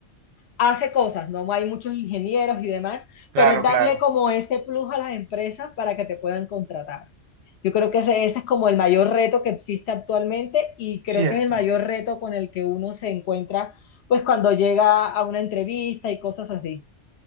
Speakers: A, on the left; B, on the right.
A: hace cosas, ¿no? Hay muchos ingenieros y demás,
B: Claro,
A: pero es darle
B: claro.
A: como ese plus a las empresas para que te puedan contratar. Yo creo que ese, ese, es como el mayor reto que existe actualmente y creo
B: Cierto.
A: que es el mayor reto con el que uno se encuentra pues cuando llega a una entrevista y cosas así.